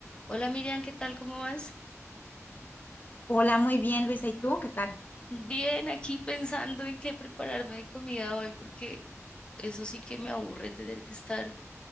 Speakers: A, on the left; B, on the left.
A: Hola Miriam, ¿qué tal? ¿Cómo vas?
B: Hola, muy bien, Luisa. ¿Y tú qué tal?
A: Bien, aquí pensando en qué prepararme de comida hoy, porque eso sí que me aburre tener que estar